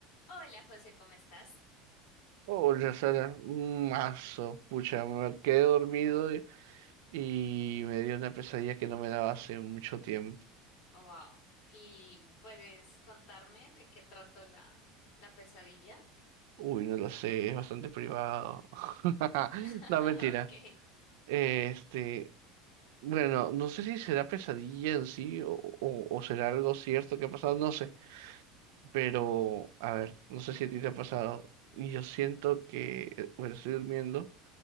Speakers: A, on the left (about 55°); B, on the right (about 65°).
A: Hola José, ¿cómo estás?
B: Hola Sara, un mazo, pucha, me quedé dormido y, y me dio una pesadilla que no me daba hace mucho tiempo.
A: Wow. ¿Y puedes contarme de qué trató la, la pesadilla?
B: Uy, no lo sé, es bastante privado. <laughs>
A: <laughs>
B: No, mentira.
A: Ok,
B: Este, bueno, no sé si será pesadilla en sí o, o- o será algo cierto que ha pasado, no sé. Pero, a ver, no sé si a ti te ha pasado. Y Yo siento que, eh, bueno, estoy durmiendo,